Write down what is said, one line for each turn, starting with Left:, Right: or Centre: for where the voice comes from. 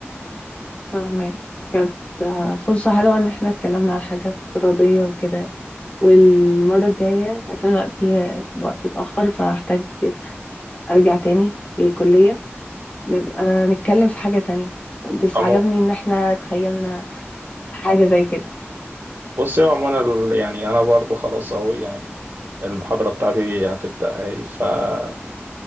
Left: فاهمين كانت فرصة حلوة ان احنا اتكلمنا على حاجة افتراضية وكده والمرة الجاية عشان وقتي الوقت اتأخر فهحتاج ارجع تاني للكلية نبقى نتكلم في حاجة تانية بس
Right: عمو
Left: عجبني ان احنا تخيلنا حاجة زي كده
Right: بص يا عمو انا ال- يعني انا برضو خلاص اهو يعني المحاضرة بتاعتي هتبدأ اهي فلو